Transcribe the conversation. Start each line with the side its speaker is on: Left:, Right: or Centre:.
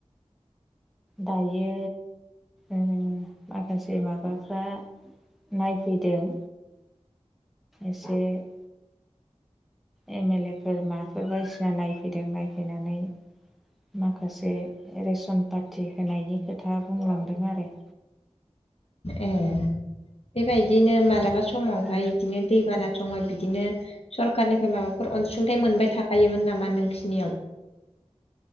Centre: दायो ओ माखासे माबाफ्रा । नायफैदों एसे । एम एल ए फोर माफोर बायदिसिना नायफैदों नायफैनानै । माखासे रेसन पारटि होनायनि खोथा बुंलांदों आरो
Left: ए बेबायदिनो मालाबा समावहाय
Centre: दा
Left: बिदिनो दैबाना । समाय बिदिनो सरखारनिफाय माबाफोर अनसुंथाइ मोनबाय थाखायोमोन नामा नोंसिनियाव <inaudible>